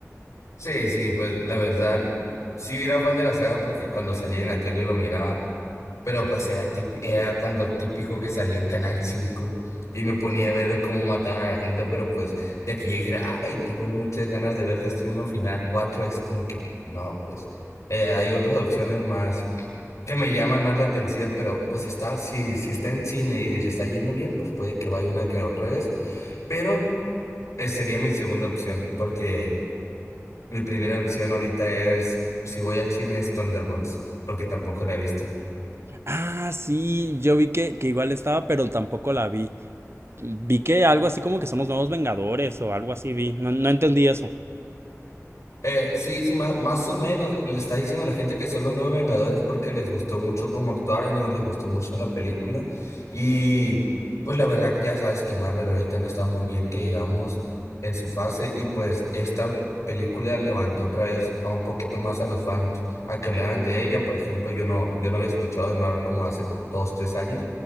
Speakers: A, on the left; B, on the right.
A: Sí, sí, pues la verdad, sí era fan de la saga porque cuando salía en la tele lo miraba, pero pues era, tip- era cuando típico que salía en Canal 5 y me ponía a ver cómo mataban a la gente, pero pues de que yo dijera, ay, tengo muchas ganas de ver Destino Final cuatro es como que no, pues eh, hay otras opciones más que me llaman más la atención, pero pues está, si, si está en cine y le está yendo bien, pues puede que vaya una que otra vez, pero eh, sería mi segunda opción porque... Mi primera opción ahorita es, si voy al cine, es Thunderbolts, porque tampoco la he visto.
B: Ah, sí, yo vi que, que igual estaba, pero tampoco la vi. Vi que algo así como que son los nuevos Vengadores o algo así vi. No, no entendí eso.
A: Eh, sí, sí, más, más o menos. Le está diciendo a la gente que son los nuevos Vengadores porque les gustó mucho cómo actuaron y les gustó mucho la película. Y pues la verdad, ya sabes que Marvel ahorita no está muy bien, que digamos, en su fase. Y pues esta película levantó otra vez a un poquito más a los fans a que hablaran de ella. Por ejemplo, yo no, yo no había escuchado de Marvel como hace dos, tres años.